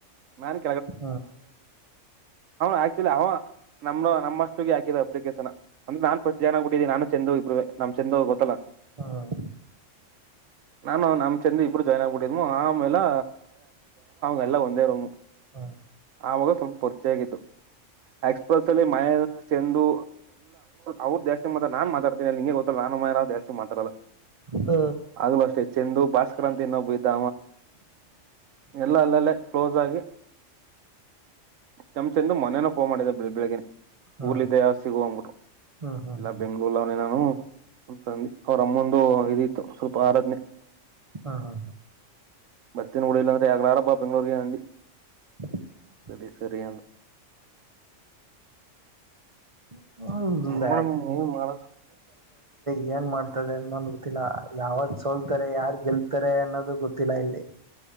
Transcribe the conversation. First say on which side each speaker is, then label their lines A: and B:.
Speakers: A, on the right; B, on the right.
A: ನನ್
B: ಹ್ಮ್
A: ಆಹ್ ನಿಜವಾಗಿ ಆಹ್ ನಮ್ ನಮಸ್ತುಗೇ ಆಕಿರೋದು ನಾನ್ ಫ್ರಸ್ಟ್ ಸೇರ್ಬಿಟ್ತೀನಿ ನಾನು ಚಂದು ಎಭ್ರು ವೇ ನಮ್ ಚಂದು ಗೊತ್ತಲ್ವಾ
B: ಹ್ಮ್
A: ನಾನು ನಾಮ್ ಚಂದು ಎಭ್ರು ಸೇರಿ ಆಗ್ಬಿಟ್ಟಿದ್ದೀವಿ ಆಹ್ ಅಮೇಲಾ ಯೆಲ್ಲಾ ಒಂದೆ ರೂ
B: ಆಹ್
A: ಅವಘ್ ಸುಮ್ನ್ ಪರ್ಚಯಾ ಆಗಿದು ಎಕ್ಸ್‌ಪ್ರೆಸ್ ಅಲ್ಲಿ ಮಾಯಾ ಚಂದು ಅವ್ರ್ ಜಾಸ್ತಿ ಮಾತಾಡ್ತಾರೆ ನಾನ್ ಮಾತಾಡಲ್ಲ ನಿಂಗೆ ಗೊತ್ತಲ್ಲ ನಾನ್ ಮಾತಾಡಲ್ಲಚಂದು
B: ಹ
A: ಬಾಸ್ಕರ ಅಂತ ಏನೊಭ ಎಧ ಯೆಲ್ಲಾ ಅಲ್ಲಲ್ಲೆ ಕ್ಲೋಸ್ ಅಗಿ ನಮ್ ಚಂದು ಮೊನ್ನೆ ನು ಫೋನ್ ಮಾಡಿದಂತೆ ಬೆಳಗೆ
B: ಹಾ
A: ಊರಲ್ಲಿಗ್ರೆ ಸಿಗು ಅಂಬಿಟ್ಟು
B: ಹ್ಮ್ ಹ್ಮ್ ಹ್ಮ್
A: ಎಲ್ಲ ಬೆಂಗಳೂರಲ್ಲಿ ಎದಿನಿ ನಾನು ಅವ್ರ್ ಅಮಂಧು ಸ್ವಲ್ಪ ರಾಧನೆ
B: ಹಾ ಹಾ
A: ಬರ್ತೀನಿ ಬಿಡು ಇಲ್ಲಾಂದ್ರೆ ನಾಡದ ಬಾ ಬೆಂಗಳೂರು ಗೆ ಅಂಧಿ
B: <inaudible>
A: ಸರಿ ಸರಿ
B: <inaudible> ಹ್ಮ್ಮ್
A: ನೋಡ ಏನ್ ಮಾಡದು
B: ಯೇನ್ ಮಾಡ್ತಾರೆ ಗೊತ್ತಿಲ್ಲ ಯಾರ್ ಸೋಲ್ತಾರೆ ಯಾರ್ ಗೆಲ್ತಾರೆ ಅನ್ನೋದು ಗೊತ್ತಿಲ್ಲ ಎಲ್ಲಿ